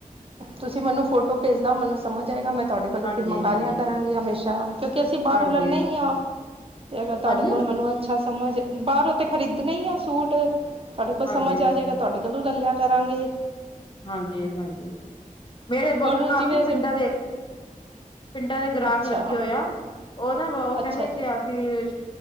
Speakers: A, on the right (about 40°); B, on the left (about 35°).
A: ਤੁਸੀਂ ਮੈਨੂੰ ਫੋਟੋ ਭੇਜਨਾ ਮੈਨੂੰ ਸਮਝ ਆਏਗਾ ਮੈਂ ਤੁਹਾਡੇ ਕੋਲੋਂ
B: ਹਾਂਜੀ
A: ਫਿਰ ਮੰਗਾਵਾ
B: ਹਾਂਜੀ
A: ਲਿਆ ਕਰਾਂਗੀ ਹਮੇਸ਼ਾ। ਕਿਉਂਕਿ ਅਸੀਂ ਬਾਹਰ
B: ਹਾਂਜੀ
A: ਉਲਰਨਨਾ ਹੀ ਹਾਂ ਤੇ ਅਗਰ ਤੁਹਾਡੇ
B: ਹਾਂਜੀ
A: ਕੋਲ ਮੈਨੂੰ ਅੱਛਾ। ਸਮਝ ਬਾਹਰ ਉਤੇ ਖਰੀਦਣੇ ਹੀ ਆ ਸੂਟ ਤੁਹਾਡੇ ਕੋਲ
B: ਹਾਂਜੀ
A: ਸਮਝ ਆ ਜਾਏਗਾ ਤੁਹਾਡੇ ਕੋਲ। ਕੱਲੂ ਲੱਲਿਆ ਕਰਾਂਗੇ।
B: ਹਾਂਜੀ ਹਾਂਜੀ ਮੇਰੇ
A: ਔਰ
B: ਕਾਫੀ
A: ਜਿਵੇਂ
B: ਪਿੰਡਾਂ ਦੇ ਪਿੰਡਾਂ ਦੇ ਗ੍ਰਾਹਕ
A: ਅੱਛਾ
B: ਲੱਗੇ ਹੋਏ ਆ ਉਹ ਨਾ ਉਹ
A: ਅੱਛਾ
B: ਕਹਿੰਦੇ
A: ਜੀ
B: ਕਿ ਅਸੀਂ